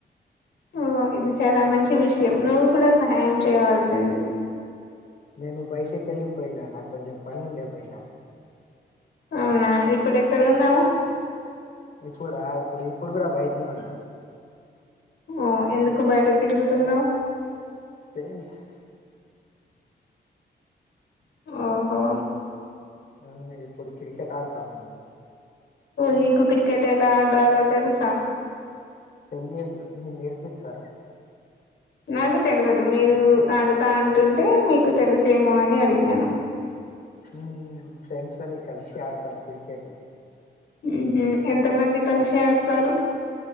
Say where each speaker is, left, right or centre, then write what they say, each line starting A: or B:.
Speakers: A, on the left (about 75°); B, on the left (about 55°).
A: ఓ ఇది చాలా మంచి విషయం నువ్వు కూడా సహాయం చేయవల్సింది
B: నేను బయటికి వెళ్ళిపోయినా నాకు కొంచెం పనుండ్య బయట
A: అవునా ఇప్పుడు ఎక్కడ ఉన్నావు
B: ఇప్పుడా ఇప్పుడు కూడా బయటనే ఉన్నా
A: ఓ ఎందుకు బయట తిరుగుతున్నావు్
B: ఫ్రెండ్స్
A: ఓహో
B: ఆ ఇప్పుడు క్రికెట్ ఆడతాం మేము
A: నీకు క్రికెట్ ఎలా ఆడాలో తెలుసా
B: తెలియదు మీరు నేర్పిస్తారా
A: నాకు తెల్వదు మీరు అడుతా అంటుంటే మీకు తెలిసేమో అని అడిగాను
B: ఊ ఫ్రెండ్స్ని కలిసి ఆడతాం క్రికెట్
A: ఊహు ఎంత మంది కలిసి ఆడతారు